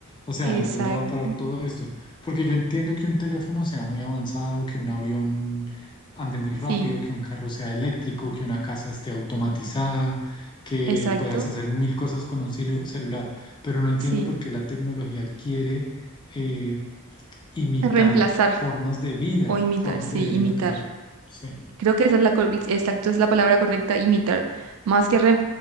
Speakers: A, on the left (about 20°); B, on the right (about 75°).
A: O sea,
B: exacto.
A: ¿dónde va a parar todo esto? Porque yo entiendo que un teléfono sea muy avanzado, que un avión ande muy rápido,
B: Sí,
A: que un carro sea eléctrico, que una casa esté automatizada, que
B: exacto.
A: puedas hacer mil cosas con un celu- celular, pero no entiendo
B: Sí.
A: por qué la tecnología quiere eh, imitar
B: Reemplazar
A: formas de vida,
B: o imitar,
A: formas
B: sí,
A: de vida
B: imitar.
A: natural. Sí.
B: Creo que esa es la, cor- exacto, es la palabra correcta, imitar. Más que rem,